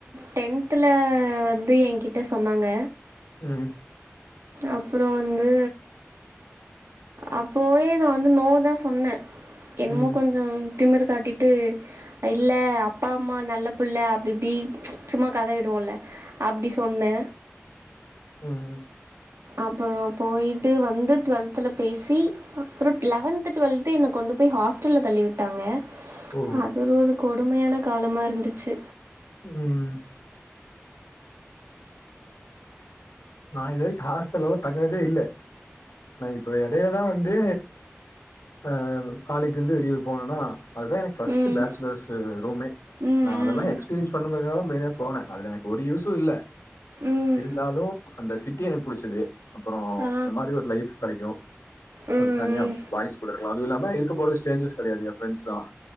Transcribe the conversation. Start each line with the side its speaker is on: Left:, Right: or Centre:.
Right: டென்த்துல வந்து என்கிட்ட சொன்னாங்க
Left: ம்
Right: அப்பற வந்து அப்போவே நா வந்து நோ தா சொன்னே என்னமோ
Left: ம் ம்
Right: கொஞ்சோ திமிரு காட்டிட்டு இல்ல அப்பா அம்மா நல்ல புள்ள அப்டி இப்டி சும்மா கத விடுவோல்ல அப்டி சொன்னே
Left: ம்
Right: அப்பறோ போ போய்ட்டு வந்து டுவெல்த்துல பேசி அப்பற லெவன்த் டுவெல் து என்ன கொண்டு போய் ஹாஸ்டல்ல தள்ளி விட்டாங்க
Left: ஓ
Right: அது ஒரு கோ கொடுமையான காலமா இருந்துச்சு
Left: ம் நா இது வரைக்கு ஹாஸ்டல்லல்லா தங்குனதே இல்ல நா இப்போ எடையில தா வந்து அ காலேஜ் இருந்து வெளியூர் போணுனா அதுதா எனக்கு ஃபர்ஸ்ட்டு
Right: ம்.
Left: பேச்சலர்ஸ் ரூமே
Right: ம்,
Left: நா அதெல்லா
Right: ம்.
Left: எக்ஸ்பீரியன்ஸ் பண்ணணு தா மெயினா போனே அதுல எனக்கு ஒரு யூஸு இல்ல
Right: ம்.
Left: இருந்தாலு அந்த சிட்டி எனக்கு புடிச்சுது அப்பறோ
Right: ஆ.
Left: இந்த மாதிரி ஒரு லைஃப் கடைக்கு
Right: ம்,
Left: ஒரு தனியா
Right: ம்.
Left: பாய்ஸ் கூட இருக்கலா அதுவு இல்லாம இருக்க போறது ஸ்ட்ரேஞ்சர்ஸ் கெடயாது ஏ ஃப்ரெண்ட்ஸ் தா